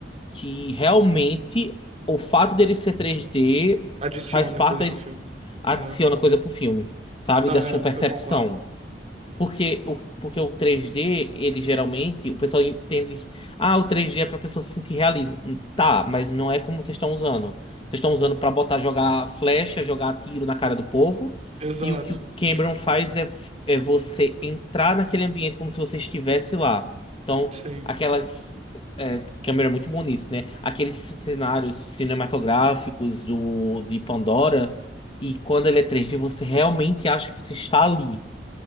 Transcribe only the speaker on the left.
que realmente o fato dele ser 3D
faz parte
da,
es-
adiciona
coisa pro filme, sabe?
Da
sua percepção.
Porque o, porque o 3D, ele geralmente, o pessoal entende que, ah, o 3D é pra pessoa se sentir realismo. Hum, Tá, mas não é como vocês estão usando. Vocês estão usando pra botar, jogar flecha, jogar tiro na cara do povo.
E o que o Cameron faz é, é você entrar naquele ambiente como se você estivesse lá. Então,
aquelas. É, Cameron é muito bom nisso, né? Aqueles cenários cinematográficos do, de Pandora. E quando ele é 3D, você realmente acha que você está ali.